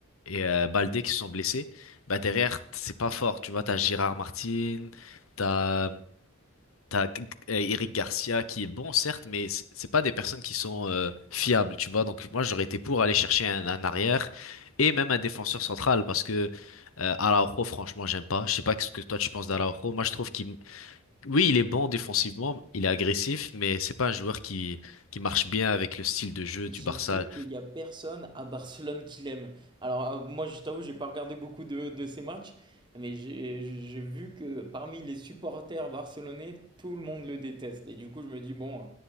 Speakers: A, on the left; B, on the right.
A: et euh, Baldé qui se sont blessés, bah derrière, t- c'est pas fort. Tu vois, t'as Gérard Martin, t'as T'as G- G- euh, Eric Garcia qui est bon, certes, mais c- c'est pas des personnes qui sont euh, fiables, tu vois. Donc moi, j'aurais été pour aller chercher un, un arrière et même un défenseur central parce que euh, Araujo, franchement, j'aime pas. Je sais pas ce que toi tu penses d'Araujo. Moi, je trouve qu'il, oui, il est bon défensivement, il est agressif, mais c'est pas un joueur qui qui marche bien avec le style de jeu
B: J'ai
A: du Barça.
B: vu qu'il n'y a personne à Barcelone qui l'aime. Alors, euh, moi, je t'avoue, j'ai pas regardé beaucoup de, de ces matchs, mais j'ai j'ai vu que parmi les supporters barcelonais, tout le monde le déteste. Et du coup, je me dis, bon,